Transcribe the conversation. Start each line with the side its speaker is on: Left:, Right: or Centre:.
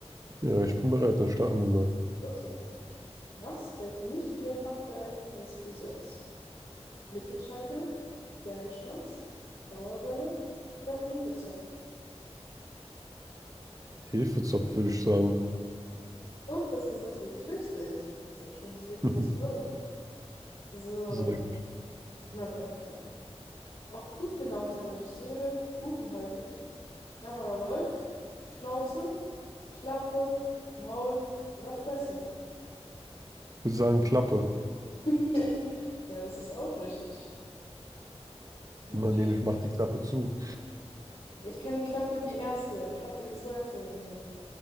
Right: Ja, ich bin bereit. Dann starten wir mal.
Left: Okay. Was fällt nicht in den Fachbereich eines Friseurs? Mittelscheitel, Pferdeschwanz, Dauerwelle oder Hefezopf?
Right: Hefezopf, würde ich sagen.
Left: Und das ist natürlich richtig. So schnell hast du die 50
Right: <laughs>
Left: Euro. So,
Right: Sehr gut.
Left: hundert euro frage Auch gut gelaunte Regisseure rufen häufig: Kamera läuft, Schnauze, Klappe, Maul oder Fresse.
Right: Ich würde sagen Klappe.
Left: <laughs> Ja, das ist auch richtig. Okay.
Right: Man nehme ich, mache die Klappe zu.
Left: Ich kenne Klappe die erste, Klappe die zweite und so.